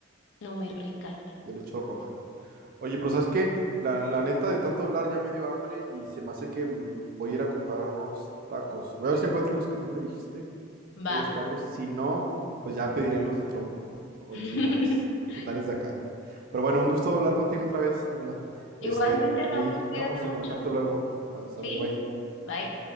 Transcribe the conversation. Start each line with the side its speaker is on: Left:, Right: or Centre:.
Left: No, muy rica.
Right: yo le echo roja. Oye, pero ¿sabes qué? La, la neta de tanto hablar ya me dio hambre y se me hace que mm, voy a ir a comprar unos tacos. Voy a ver si encuentro los que tú me dijiste.
Left: Va.
Right: Voy a buscarlos. Si no, pues ya pediré los de trompo, originales,
Left: <laughs>
Right: originales de acá. Pero bueno, un gusto hablar contigo otra vez, Daniela. Este,
Left: Igualmente, Raúl,
Right: ahí estamos
Left: cuídate mucho.
Right: en contacto luego. Ah, sale,
Left: Sí,
Right: bye.
Left: bye.